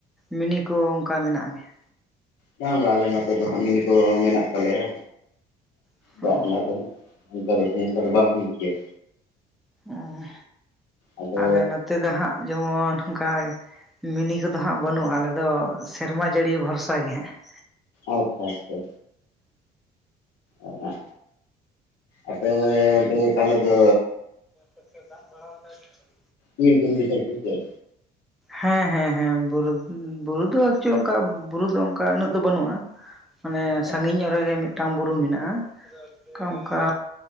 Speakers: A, in the centre; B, on the left (about 85°).
A: ᱢᱤᱱᱤ ᱠᱚ ᱚᱱᱠᱟ ᱢᱮᱱᱟᱜ ᱜᱮᱭᱟ?
B: ᱵᱟᱝ ᱵᱟᱝ ᱟᱞᱮ ᱱᱚᱛᱮ ᱫᱚ ᱦᱟᱸᱜ ᱢᱤᱱᱤ ᱠᱚ ᱢᱮᱱᱟᱜ ᱛᱟᱞᱮᱭᱟ
A: ᱜᱮᱭᱟ
B: ᱫᱟᱜ ᱨᱮᱱᱟᱜ ᱫᱚ ᱦᱟᱸᱜ ᱾ ᱚᱱᱠᱟ ᱫᱚ ᱥᱚᱢᱥᱟ ᱫᱚ ᱵᱟᱝ ᱦᱩᱭᱩᱜ ᱜᱮᱭᱟ᱾
A: ᱚᱸ
B: ᱟᱫᱚ
A: ᱟᱞᱮ ᱱᱚᱛᱮ ᱫᱚ ᱦᱟᱸᱜ ᱡᱮᱢᱚᱱ ᱚᱱᱠᱟ ᱢᱤᱱᱤ ᱠᱚᱫᱚ ᱦᱟᱸᱜ ᱵᱟᱹᱱᱩᱜᱼᱟ ᱟᱞᱮ ᱫᱚ ᱥᱮᱨᱢᱟ ᱡᱟᱹᱲᱤ ᱵᱷᱚᱨᱥᱟ ᱜᱮ ᱦᱟᱸᱜ ᱾
B: ᱟᱪᱪᱷᱟ ᱟᱪᱪᱷᱟ ᱟᱪᱪᱷᱟ, ᱟᱯᱮᱻᱚᱱᱛᱮ ᱫᱚ ᱛᱟᱦᱚᱞᱮ ᱫᱚ
A: ᱱᱚᱛᱮ ᱫᱟᱜ ᱵᱟᱲᱟ ᱞᱮᱫᱟᱭ ᱥᱮ ᱵᱟᱝ?
B: ᱵᱤᱨ ᱵᱩᱨᱩ ᱫᱤᱥᱚᱢ ᱥᱮ ᱪᱮᱫ?
A: ᱦᱮᱸ ᱦᱮᱸ ᱦᱮᱸ ᱵᱩᱨᱩ ᱫᱚ ᱮᱠᱪᱮᱞ ᱚᱱᱠᱟ ᱵᱩᱨᱩ ᱫᱚ ᱚᱱᱠᱟ ᱩᱱᱟᱹᱜ ᱫᱚ ᱵᱟᱹᱱᱩᱜᱼᱟ᱾ ᱢᱟᱱᱮ
B: ᱟᱪᱪᱷᱟ
A: ᱥᱟᱹᱜᱤᱧ ᱚᱜ ᱨᱮ ᱜᱮ ᱢᱤᱫ ᱢᱤᱫᱴᱟᱝ ᱵᱩᱨᱩ ᱢᱮᱱᱟᱜᱼᱟ ᱚᱱᱠᱟ ᱚᱱᱠᱟ